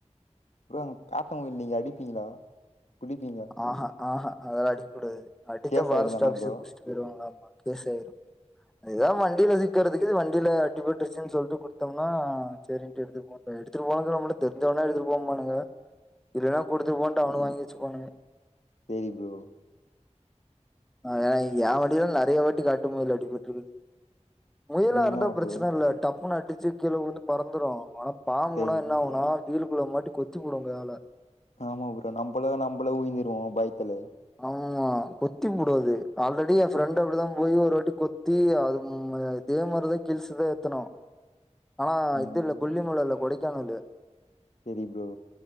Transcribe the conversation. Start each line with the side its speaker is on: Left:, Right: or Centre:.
Left: ப்ரோ காட்டு முயல் நீங்க அடிப்பீங்ளா புடிப்பீங்ளா
Centre: ஆஹா ஆஹா அதெல்லா அடிக் கூடாது அடிச்சா
Left: கேஸ்
Centre: ஃபாரஸ்ட்
Left: ஆயிடும் தான
Centre: ஆஃபிஸர்
Left: ப்ரோ
Centre: புடிச்சிட்டு போய்ருவாங்களமா கேஸ் ஆய்ரு எதா வண்டில சிக்கறதுக்கு இது வண்டில அடிப்பட்ருச்சுனு சொல்ட்டு குடுத்தோம்னா செரின்ட்டு எடுத்துப்பாங் எடுத்துடு போனது நம்ளுக் தெரிஞ்சவனா எடுத்துட்டு போ பானுங்க இல்லனா குடுத்துட்டு போனு வாங்கி வெச்சுப்பானுங்க
Left: செரி ப்ரோ
Centre: ஆ எ வண்டிலலா நறைய வாட்டி காட்டு முயல் அடிப்பட்ருக்குது முயலா
Left: உண்மையாவா
Centre: இருந்தா ப்ரச்சன
Left: ப்ரோ
Centre: இல்ல டப்புன்னு அடிச்சு கீழ உழுந்து பறந்துடு ஆனா பாம்புனா
Left: சரி
Centre: என்ன ஆவுனா வீலுக்குள்ள மாட்டி கொத்திபுடு கால
Left: ஆமா ப்ரோ நம்பளதா நம்பளே உய்ந்துருவோ பய்த்துல
Centre: ஆமா கொத்திபுடு அது ஆல்ரெடி எ ஃப்ரெண்டு அப்டிதா போய் ஒரு வாட்டி கொத்தி அது ம் அது அதே மாரிதா கில்ஸுதா ஏத்தனு
Left: <inaudible>
Centre: ஆனா
Left: ம்
Centre: இது இல்ல கொல்லிமல இல்ல கொடைக்கானலு
Left: செரி ப்ரோ